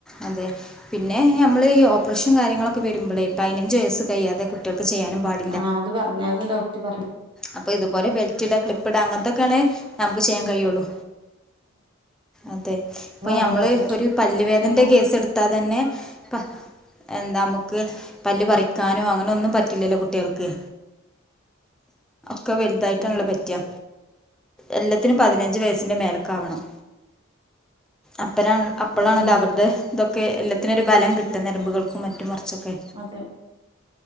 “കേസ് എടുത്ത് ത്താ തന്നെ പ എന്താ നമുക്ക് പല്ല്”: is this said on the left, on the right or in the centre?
Centre